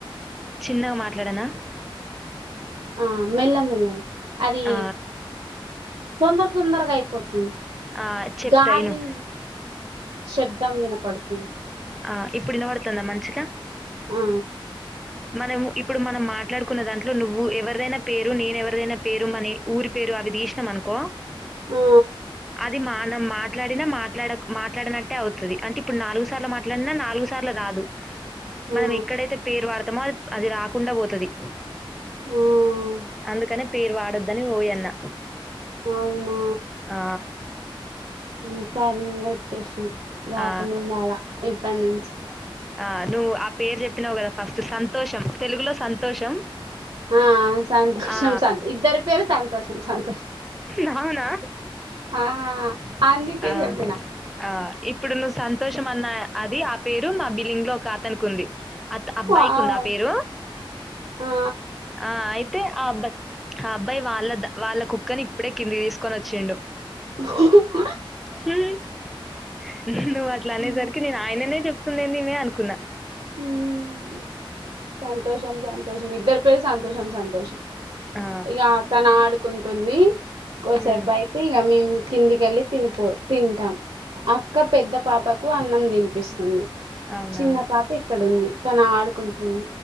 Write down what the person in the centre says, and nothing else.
చిన్నగా మాట్లాడనా
ఆ,
ఆ, చెప్తా
ఇను
ఆ ఇప్పుడు వినబడతాందా మంచిగా
మనం ఇప్పుడు మనం మాట్లాడుకున్న దాంట్లో నువ్వు ఎవరిదైనా పేరు నేను ఎవరిదైనా పేరు మనీ ఊరి పేరు అవి తీసినాం అనుకో
అది మానం మాట్ మాట్లాడినా మాట్లాడ మాట్లాడినట్టే అవుతుంది అంటే ఇప్పుడు నాలుగు సార్లు మాట్లాడినా నాలుగు సార్లు రాదు మనం
ఎక్కడైతే పేరు వాడ్ మా <unintelligible> అది రాకుండా పోతది
అందుకనే పేరు వాడ అని ఓయ్ అన్న
ఆ!
ఆ!
ఆ! నువ్వు ఆ పేరు చెప్పినావు కదా ఫస్ట్ సంతోషం తెలుగులో సంతోషం
ఆ!
నావునా
అ
ఆ ఇప్పుడు నువ్వు సంతోషం అన్నా అది ఆ పేరు మా బిల్లింగ్ లో ఒక అతనికి ఉంది అత్ అబ్బాయికి
ఉందా పేరు
ఆ అయితే ఆ అబ్బాయి ఆ అబ్బాయి వాళ్ళ వాళ్ళ కుక్కని ఇప్పుడే కిందికి తీసుకొని వచ్చిండు
హు హుమ్ నువ్వు అట్లా అనేసరికి
నేను ఆయననే చెప్ వుతుందేమో అనుకున్న
ఆ
హ్మ్
అవునా